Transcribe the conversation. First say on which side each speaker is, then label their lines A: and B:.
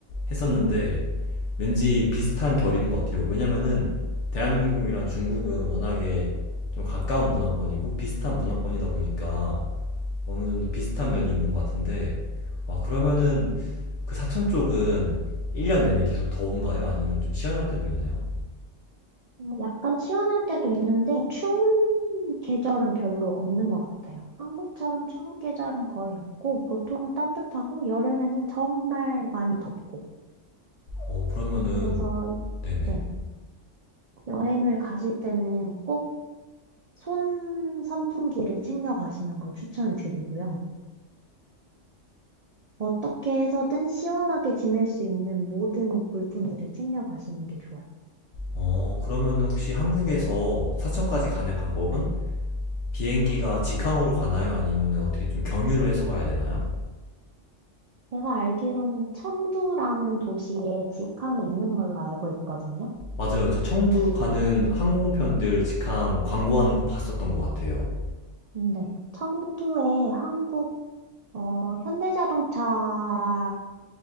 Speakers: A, on the left; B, on the right.
A: 했었는데
B: 음.
A: 왠지 비슷한 결인 것 같아요. 왜냐면은 대한민국이랑 중국은 워낙에 좀 가까운 문화권이고 비슷한 문화권이다 보니까 어느 정도 비슷한 면이 있는 것 같은데, 와, 그러면은 그 사천 쪽은 1년 내내 계속 더운가요? 아니면 좀 시원할 때도 있나요?
B: 어, 약간 시원할 때도 있는데 추운 계절은 별로 없는 것 같아요. 한국처럼 추운 계절은 거의 없고 보통은 따뜻하고 여름에는 정말 많이 덥고
A: 어, 그러면은,
B: 그래서
A: 네네.
B: 네, 여행을 가실 때는 꼭 손 선풍기를 챙겨 가시는 걸 추천을 드리고요. 어떻게 해서든 시원하게 지낼 수 있는 모든 물품들을 챙겨 가시는 게 좋아요.
A: 어, 그러면은 혹시 한국에서 사천까지 가는 방법은 비행기가 직항으로 가나요? 아니면은 어떻게 좀 경유를 해서 가야 되나요?
B: 제가 알기로는 청두라는 도시에 직항이 있는 걸로 알고 있거든요.
A: 맞아요. 저 청두 가는 항공편들 직항 광고하는 거 봤었던 것 같아요.
B: 네. 청두에 한국, 어, 현대자동차,